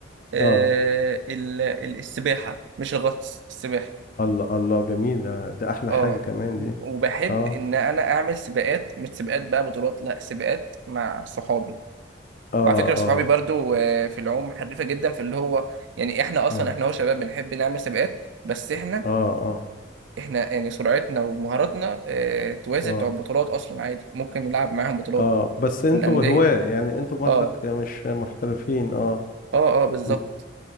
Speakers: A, on the right; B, on the left.
A: آه،
B: اه
A: ال- ال- السباحة مش الغطس السباحة
B: الله الله جميل ده, ده احلى
A: اه
B: حاجة كمان دي
A: وبحب
B: اه
A: إن أنا أعمل سباقات مش سباقات بقى بطولات لا سباقات مع صحابي
B: اه
A: وعلى فكرة
B: اه
A: صحابي برضو آه، في العوم حريفة جدا في اللي هو يعني إحنا أصلا
B: اه
A: إحنا هو شباب بنحب نعمل سباقات بس إحنا
B: اه اه
A: إحنا يعني سرعتنا ومهاراتنا آه، توازي
B: اه
A: بتوع البطولات أصلا عادي ممكن نلعب معاهم بطولات
B: اه بس انتوا
A: في الأندية
B: هواة يعني انتوا برضك
A: اه
B: مش محترفين اه
A: اه اه بالظبط
B: انت-